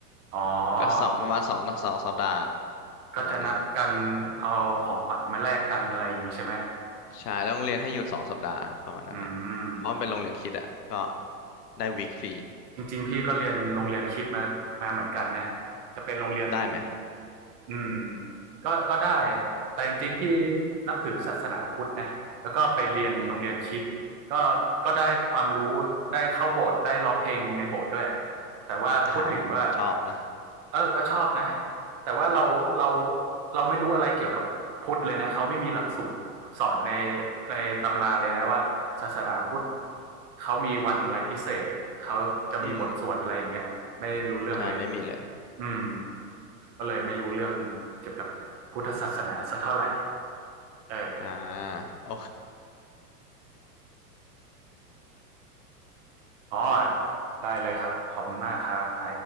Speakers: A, on the right; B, on the left.
A: อ๋อ
B: ก็สองประมาณสองสองสัปดาห์
A: ก็จะนัดกันเอาของขวัญมาแลกกันอะไรอย่างงี้ใช่ไหม
B: ประมาณนั้น ใช่แล้วโรงเรียนให้หยุดสองสัปดาห์ประมาณนั้นอ่ะเพราะมันเป็นโรงเรียนคริดอ่ะก็
A: อืม
B: ได้วีคฟรี
A: จริงๆพี่ก็เรียนโรงเรียนคริสต์มามาเหมือนกันนะจะเป็นโรงเรียน
B: ได้ไหม
A: อืมก็ก็ได้แต่จริงๆพี่นับถือศาสนาพุทธนะแล้วก็ไปเรียนโรงเรียนคริสต์ก็ก็ได้ความรู้ได้เข้าโบสถ์ได้ร้องเพลงในโบสถ์ด้วย
B: อืม
A: แต่ว่าพูดถึงว่า
B: หาชอบนะ
A: เออก็ชอบนะ แต่ว่าเราเราเราไม่รู้อะไรเกี่ยวกับพุทธเลยนะ เขาไม่มีหลักสูตรสอนในในตำราเลยนะว่าศาสนาพุทธเขามีวันอะไรพิเศษ เขาจะมีบทสวดอะไรอย่างเงี้ยไม่ได้รู้เรื่องเลย
B: อืม ใช่ ไม่มีเลย
A: อืมก็เลยไม่รู้เรื่องเกี่ยวกับพุทธศาสนาสักเท่าไหร่เออ
B: อ่า โอ
A: อ๋อได้เลยครับขอบคุณมากครับไอ